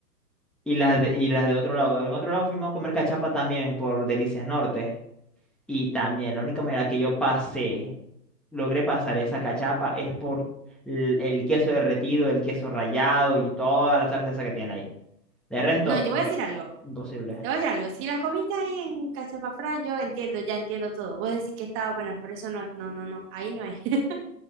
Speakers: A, in the centre; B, on the right (about 25°).
A: Y las de, y las de otro lado. En otro lado fuimos a comer cachapa también por Delicias Norte. Y también, la única manera que yo pasé, logré pasar esa cachapa es por l- el, queso derretido, el queso rallado y toda la salsa esa que tiene ahí. De resto,
B: No, y te
A: im-
B: voy a decir algo.
A: imposible.
B: Te voy a decir algo, si las comiste ahí en Cachapafrán, yo entiendo, ya entiendo todo. Vos decís que estaba buena, pero eso no, no, no, no, ahí no es. <laughs>